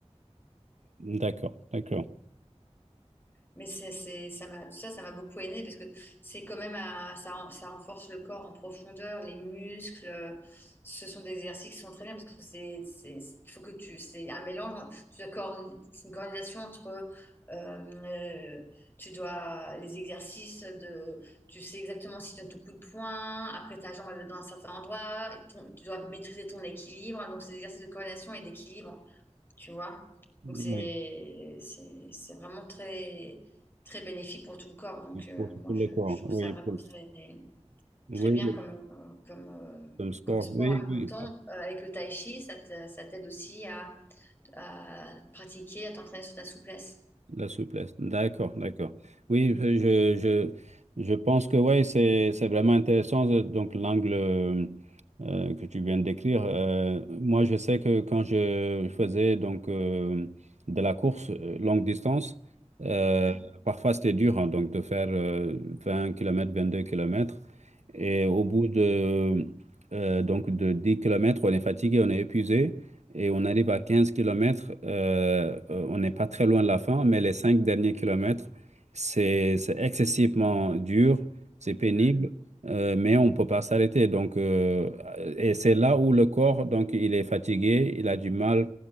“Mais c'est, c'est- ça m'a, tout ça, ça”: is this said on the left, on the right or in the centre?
Left